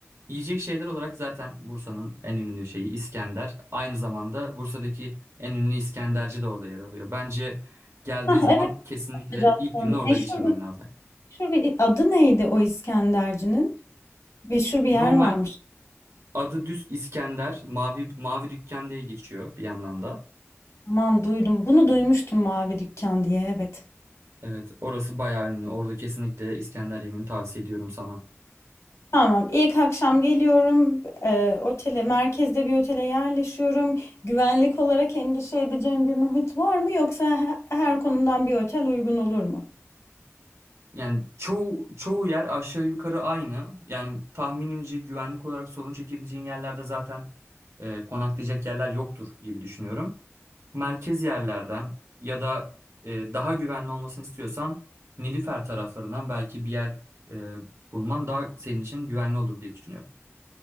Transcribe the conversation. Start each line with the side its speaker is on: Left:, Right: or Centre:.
Right: Yiyecek şeyler olarak zaten Bursa'nın en ünlü şeyi İskender. Aynı zamanda Bursa'daki en ünlü İskenderci de orada yer alıyor. Bence geldiğin
Left: Hah,
Right: zaman
Left: evet
Right: kesinlikle
Left: hocam.
Right: ilk gününü orada
Left: Meşhur
Right: geçirmen
Left: bir,
Right: lazım.
Left: meşhur bir adı neydi o İskenderci'nin? Meşhur bir
Right: Normal
Left: yer varmış.
Right: adı düz İskender, Mavi Mavi Dükkan diye geçiyor bir yandan da.
Left: Tamam duydum. Bunu duymuştum mavi dükkan diye evet.
Right: Evet, orası bayağı ünlü. Orada kesinlikle İskender yemini tavsiye ediyorum sana.
Left: Tamam ilk akşam geliyorum. Eee otele merkezde bir otele yerleşiyorum. Güvenlik olarak endişe edeceğim bir muhit var mı yoksa he- her konumdan bir otel uygun olur mu?
Right: Yani çoğu çoğu yer aşağı yukarı aynı. Yani tahminimce güvenlik olarak sorun çekebileceğin yerlerde zaten e, konaklayacak yerler yoktur gibi düşünüyorum. merkez yerlerden ya da e, daha güvenli olmasını istiyorsan Nilüfer taraflarından belki bir yer e, bulman daha senin için güvenli olur diye düşünüyorum.